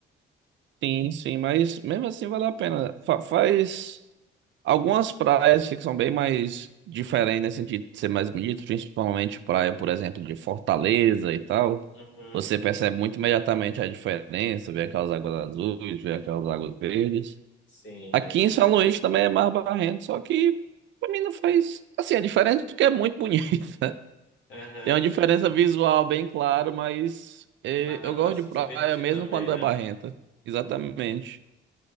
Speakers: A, on the right; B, on the left.
A: Sim, sim, mas mesmo assim vale a pena. Fa- faz. Algumas praias que são bem mais diferentes nesse sentido de ser mais bonito, principalmente praia, por exemplo, de Fortaleza e tal.
B: Uhum.
A: Você percebe muito imediatamente a diferença, vê aquelas águas azuis, vê aquelas águas verdes.
B: Sim.
A: Aqui em São Luís também é mais barrento, só que pra mim não faz. Assim, a diferença é porque é muito bonita.
B: Aham.
A: <laughs> Tem uma diferença visual bem clara, mas eh,
B: Mas dá
A: eu
B: pra
A: gosto
B: se
A: de praia
B: divertir
A: mesmo
B: também,
A: quando
B: né?
A: é barrenta. Exatamente.